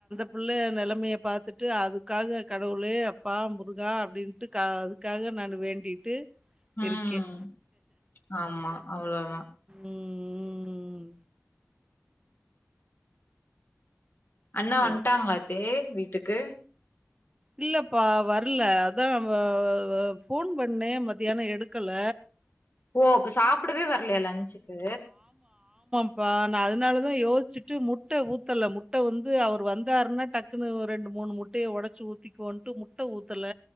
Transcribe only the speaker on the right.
புள்ள நெலைமைய பாத்துட்டு அதுக்காக கடவுளே அப்பா முருகா அப்டின்ட்டு அதுக்காக நான் வேண்டிட்டு
இருக்கேன்
உம் உம்
சரி.
இல்லப்பா வர்ல அதான் வ வ வ போன் பண்ணே மத்தியானம் எடுக்கல
ப்பா நான் அதனாலதான் யோசிச்சுட்டு முட்ட ஊத்தல முட்ட வந்து அவர் வந்தாருன்னா டக்குன்னனு ஒரு ரெண்டு மூணு முட்டயை உடைச்சு ஊத் திக்கோன்டு முட்ட ஊத் ஊத்தல